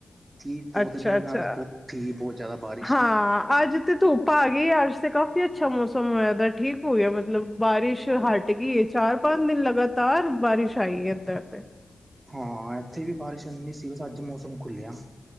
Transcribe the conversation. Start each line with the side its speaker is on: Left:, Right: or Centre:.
Right: ਠੀਕ ਦੋ,
Centre: ਅੱਛਾ
Right: ਤ ਨਾਲ
Centre: ਅੱਛਾ
Right: ਠੀਕ ਬਹੁਤ ਜ਼ਿਆਦਾ ਬਾਰਿਸ਼
Centre: ਹਾਂ, ਅੱਜ ਤੇ ਧੁੱਪ ਪਾ ਗਈ ਅੱਜ ਤੇ ਕਾਫ਼ੀ ਅੱਛਾ ਮੌਸਮ ਹੋਇਆ ਪਿਆ, ਠੀਕ ਹੋ ਗਿਆ ਮਤਲਬ, ਬਾਰਿਸ਼ ਹਟ ਗਈ। ਚਾਰ - ਪੰਜ ਦਿਨ ਲਗਾਤਾਰ ਬਾਰਿਸ਼ ਆਈ ਹੈ, ਇੱਧਰ ਤੇ।
Right: ਹਾਂ, ਇੱਥੇ ਵੀ ਬਾਰਿਸ਼ ਇਨੀ ਸੀ, ਬਸ ਅੱਜ ਮੌਸਮ ਖੁੱਲਿਆ।